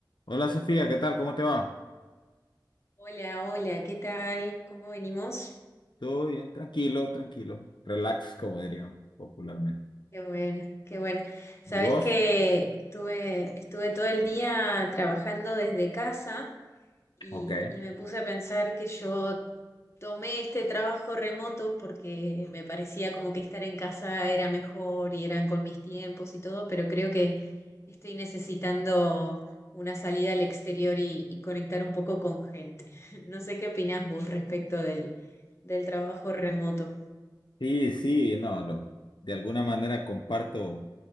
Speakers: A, on the left; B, on the left.
A: Hola Sofía, ¿qué tal? ¿Cómo te va?
B: Hola, hola, ¿qué tal? ¿Cómo venimos?
A: Todo bien, tranquilo, tranquilo. Relax, como dirían popularmente.
B: Qué bueno, qué bueno. Sabes
A: ¿Y vos?
B: que estuve, estuve todo el día trabajando desde casa y,
A: Ok.
B: y me puse a pensar que yo tomé este trabajo remoto porque me parecía como que estar en casa era mejor y eran con mis tiempos y todo, pero creo que estoy necesitando una salida al exterior y, y conectar un poco con gente. <laughs> No sé qué opinás vos respecto del, del trabajo remoto.
A: Sí, sí, no, lo- de alguna manera comparto